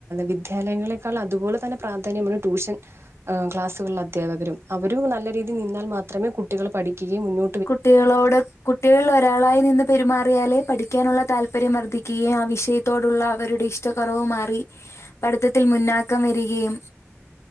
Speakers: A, on the right; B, on the left.
A: വിദ്യാലയങ്ങളെക്കാൾ അതുപോലെ തന്നെ പ്രാധാന്യമാണ് ട്യൂഷൻ ക്ലാസുകളിലെ അധ്യാപകരും അവരും നല്ല രീതിയിൽ നിന്നാൽ മാത്രമേ കുട്ടികൾ പഠിക്കുകയും മുന്നോ
B: കുട്ടികളോട് കുട്ടികളിൽ ഒരാളായി നിന്ന് പെരുമാറിയാലേ പഠിക്കാനുള്ള താല്പര്യം വർദ്ധിക്കുകയും ആ വിഷയ ത്തോടുള്ള അവരുടെ ഇഷ്ടക്കുറവ് മാറി പഠിത്തത്തിൽ മുന്നാക്കം വരികയും